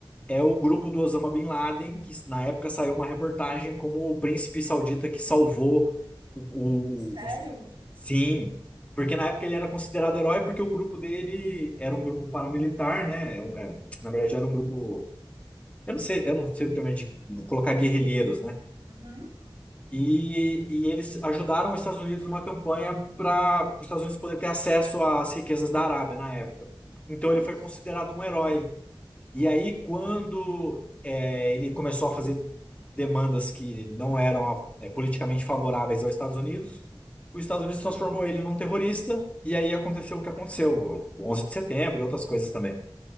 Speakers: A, on the left; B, on the right.
A: é o grupo do Osama Bin Laden, que na época saiu uma reportagem como o príncipe saudita que salvou o, o-
B: Sério?
A: o- os- Sim, porque na época ele era considerado herói porque o grupo dele era um grupo paramilitar, né? É um- é, na verdade era um grupo, eu não sei, eu não sei o termo é de colocar guerrilheiros, né?
B: Uhum.
A: E, e eles ajudaram os Estados Unidos numa campanha para os Estados Unidos poder ter acesso às riquezas da Arábia na época. Então
B: Putz.
A: ele foi considerado um herói. E aí, quando é, ele começou a fazer demandas que não eram
B: Uhum.
A: é, politicamente favoráveis aos Estados Unidos, os Estados Unidos transformou ele num terrorista, e aí aconteceu o que aconteceu, o 11 de setembro e outras coisas também.